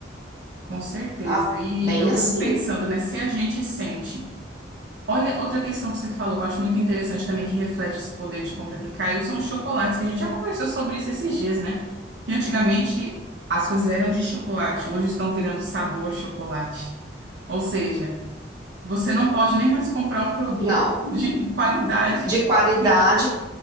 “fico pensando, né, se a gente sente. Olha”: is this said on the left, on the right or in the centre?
Right